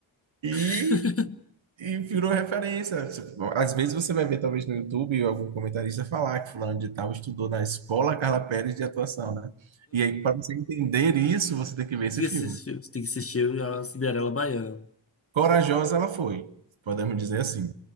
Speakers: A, on the right; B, on the left.
A: E
B: <laughs>
A: E virou referência. Tipo, Às vezes você vai ver, talvez, no YouTube, algum comentarista falar que fulano de tal estudou na escola Carla Pérez de atuação, né? E aí, para você entender isso, você tem que ver esse
B: Tem
A: filme.
B: que assistir, tem que assistir a Cinderela Baiana.
A: Corajosa ela foi, podemos dizer assim.